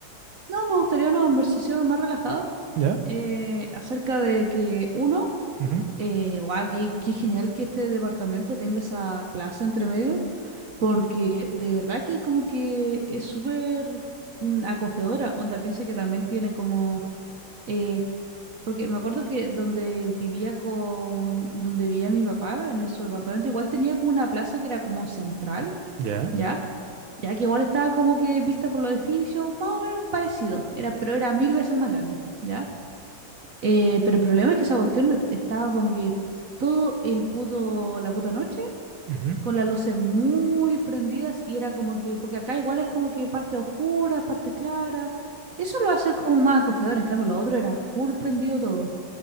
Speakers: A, on the right; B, on the right.
A: No, me gustaría una conversación más relajada
B: ya
A: eh, acerca de que uno,
B: Ujú,
A: eh, guau, qué, qué genial que este departamento tenga esa plaza entre medio, porque de verdad que como que es súper mm, acogedora. Onda, piensa que también tiene como... eh, Porque me acuerdo que donde vivía con, donde vivía mi papá, en su departamento, igual tenía como una plaza que era como central,
B: ¿Ya?
A: ¿ya? Ya que igual estaba como que vista por los edificios, más o menos parecido, era, pero era mil veces más grande, ¿ya? Eh, pero el problema es que esa cuestión no est- estaba como que todo el puto, la puta noche,
B: ujú.
A: con las luces muy prendidas, y era como que, porque acá igual es como que parte oscura, parte clara, eso lo hace como más acogedor, en cambio lo otro era full prendido todo.